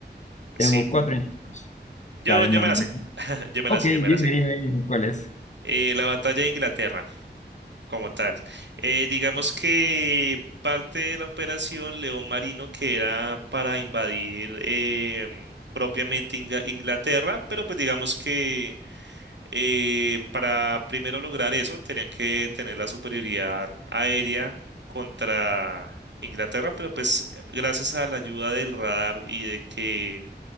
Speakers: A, on the left; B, on the right.
A: Tengo
B: Sí.
A: cuatro intentos.
B: Yo,
A: La de
B: yo
A: Normandía.
B: me la sé. <laughs> Yo me
A: Ok,
B: la sé,
A: dime,
B: yo me la sé.
A: dime, dime, ¿cuál es?
B: Eh, la batalla de Inglaterra, como tal. Eh, digamos que parte de la operación León Marino, que era para invadir em, propiamente Inga- Inglaterra, pero pues digamos que eh, para primero lograr eso, tenían que tener la superioridad aérea contra Inglaterra, pero pues eh, gracias a la ayuda del radar y de que